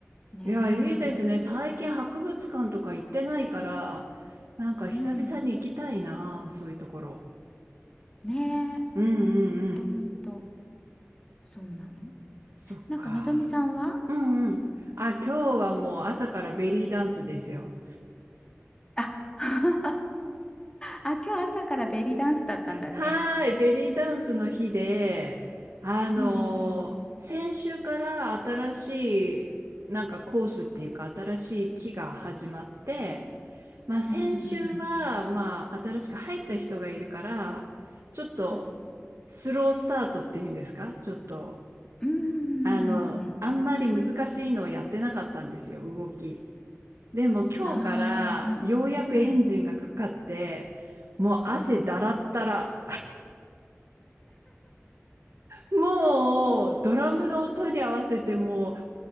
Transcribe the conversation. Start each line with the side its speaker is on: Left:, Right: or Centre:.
Left: ね
Right: いや、いいですね。最近博物館とか行ってないから、なんか久々に行きたいな、
Left: え。うん。
Right: そういうところ。
Left: ねえ。
Right: うんうんうん。
Left: ほんとほんと。そうなの。
Right: そっか。
Left: なんかのぞみさんは
Right: うんうん。あ、今日はもう朝からベリーダンスですよ。
Left: あ <laughs> あ、今日朝からベリーダンスだったんだね。
Right: はーい、ベリーダンスの日で、あのー先週から新しい、
Left: うんうんうん。
Right: なんかコースっていうか、新しい期が始まって、まあ先週は、
Left: うんうんうんうん。
Right: まあ新しく入った人がいるから、ちょっと
Left: うん
Right: スロースタートっていうんですか、ちょっと、
Left: うんう
Right: あの、
Left: んうんうん。
Right: あんまり難しいのをやってなかったんですよ、動き。でも今日からようやくエンジンがかかって、
Left: ああ、うんうんうん
Right: もう汗だらったら。
Left: うんうん。
Right: もうドラムの音に合わせてもう